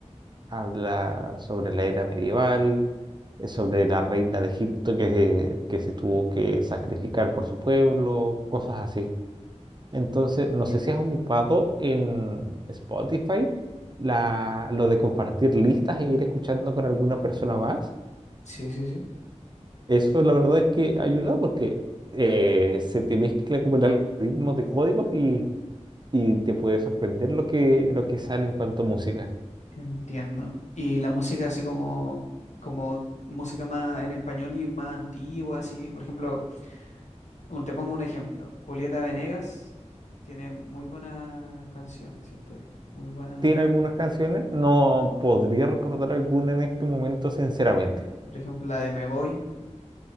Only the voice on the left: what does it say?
entiendo.
Sí, sí, sí,
entiendo. Y la música así como, como música más en español y más antigua, así. Por ejemplo, un- te pongo un ejemplo. Julieta Venegas tiene muy buenas canciones, siento yo. Muy buena.
Por ejemplo, la de Me Voy.